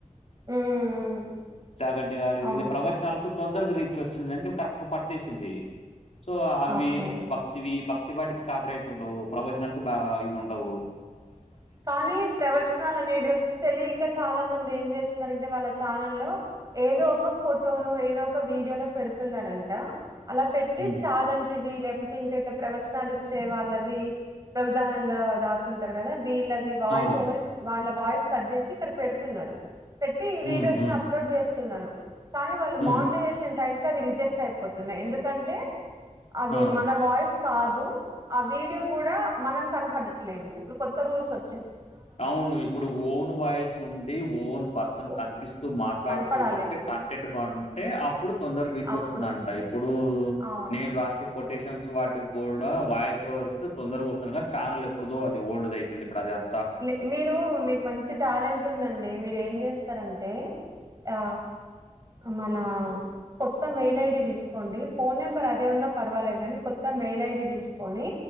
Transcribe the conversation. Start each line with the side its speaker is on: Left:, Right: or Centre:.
Right: ఉమ్
Left: చాగంటి గారివి
Right: అవును
Left: వీళ్ళ ప్రవచనాలకు తొందరగా రీచ్ వచ్చింది అంటే కరెక్ట్గా పట్టేసింది సో అవి
Right: ఓకే
Left: భక్ ఈ భక్తి వాటికి కాపిరైట్ ఉండవు ప్రవచనాలకు బా ఇవుండవు
Right: కానీ ప్రవచనాల వీడియోస్ తెలియక చాలా మంది ఏం చేస్తున్నారంటే వాళ్ళ ఛానల్లో ఏదో ఒక ఫోటోను ఏదో ఒక వీడియోను పెడుతున్నారంట అలా పెట్టి
Left: హ్మ్.
Right: చాగంటి వీ లే కపోతే ఇంకా ఇట్లా ప్రవచనాలు ఇచ్చే వాళ్ళవి ప్రభుదానంద దాస్ ఉంటారు కదా వీళ్ళ అది వాయిస్
Left: అవును.
Right: ఓవర్ ఇస్ వాళ్ళ వాయిస్ కట్ చేసి ఇక్కడ పెడుతున్నారు పెట్టి ఈ
Left: హ్మ్.
Right: వీడియోస్
Left: హ్మ్.
Right: ని అప్లోడ్ చేస్ తున్నారు కానీ వాళ్ళు
Left: హ్మ్.
Right: మానిటైజేషన్ టైమ్కవి రిజెక్ట్ అయిపోతున్నాయి ఎందుక్ కంటే అది
Left: ఆ!
Right: మన వాయిస్ కాదు ఆ వీడియో కూడా మనం కనపడట్లేము ఇప్పుడు కొత్త రూల్స్ వ
Left: అవును ఇప్పుడు ఓన్ వాయిస్ ఉండి ఓన్ పర్సన్
Right: ఓ
Left: కనిపిస్తూ మాట్లాడుతూ
Right: కనపడాలి
Left: ఉంటే కంటెంట్ బాగుంటే అప్పుడు తొందర గుంచి
Right: అప్పుడు
Left: వస్తుందంట ఇప్పుడు
Right: అవును
Left: నేను రాసి కొ ేషన్స్ వాటి కూడా వాయిస్ ఓరిస్త తొందరగా వస్తున్నాగా ఛానల్ ఎప్పుడుదో అది ఓల్డ్ది అయిపోయింది ఇప్పుడు అది అం
Right: లే మీరు మీకు మంచి టాలెంట్ ఉందండి మీరు ఏం చేస్తారంటే ఆ మన కొత్త మెయిల్ ఐడి తీసుకోండి ఫోన్ నెంబర్ అదే ఉన్నా పర్వాలేదు కని కొత్త మెయిల్ ఐడి తీసుకోని